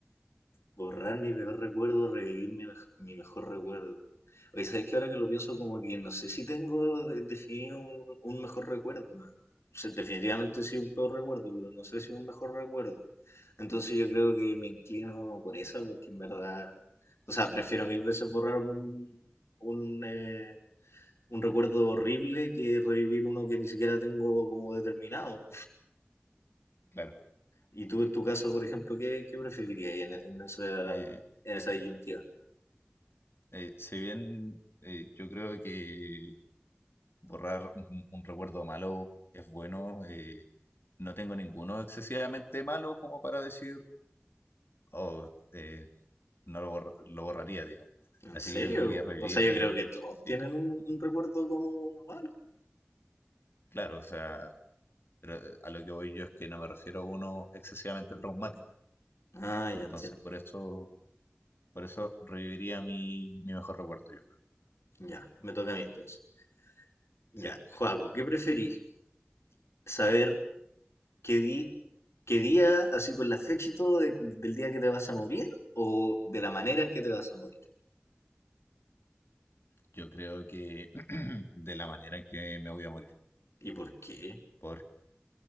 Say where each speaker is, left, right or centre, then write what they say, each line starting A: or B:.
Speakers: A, on the left; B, on the left.
A: Borrar mi peor recuerdo, revivir mi, mej- mi mejor recuerdo. Oye, ¿sabes que Ahora que lo pienso, como que no sé si tengo de- definido un, un mejor recuerdo, ¿no? O sea, definitivamente sí un peor recuerdo, pero no sé si un mejor recuerdo. Entonces yo creo que me inclino por esa, porque en verdad, o sea, prefiero mil veces borrar un, un, eh, un recuerdo horrible que revivir uno que ni siquiera tengo como determinado.
B: Claro.
A: Y tú, en tu caso, por ejemplo, ¿qué, qué preferirías en, en esa,
B: Eh,
A: en esa disyuntiva?
B: eh, si bien eh, yo creo que borrar un, un recuerdo malo es bueno, eh, no tengo ninguno excesivamente malo como para decir, oh, eh, no lo, borr- lo borraría, digamos.
A: ¿En
B: Así
A: serio?
B: que yo creo que revivir
A: O sea,
B: mi...
A: yo creo que todos
B: Sí,
A: tienen un, un recuerdo como malo.
B: claro, o sea, pero a lo que voy yo es que no me refiero a uno excesivamente traumático.
A: Ah, ya
B: Entonces,
A: entiendo.
B: por eso, por eso reviviría mi, mi mejor recuerdo, yo creo.
A: Ya, me toca a mí entonces. Ya,
B: Sí.
A: Joaco, ¿qué preferís? ¿Saber qué, di- qué día, así con la fecha y todo, de- del día que te vas a morir o de la manera en que te vas a morir?
B: Yo creo que <clears throat> de la manera en que me voy a morir.
A: ¿Y por qué?
B: Por,